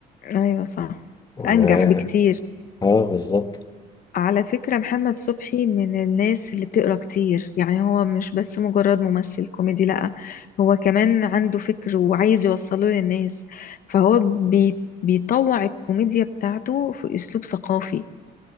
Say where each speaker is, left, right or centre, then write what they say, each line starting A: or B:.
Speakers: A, on the left; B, on the left.
A: ايوه صح
B: و
A: انجح بكتير
B: اه بالظبط
A: على فكرة محمد صبحي من الناس اللي بتقرا كتير يعني هو مش بس مجرد ممثل كوميدي لأ هو كمان عنده فكر وعايز يوصله للناس فهو بي بيطوع الكوميديا بتاعته في أسلوب ثقافي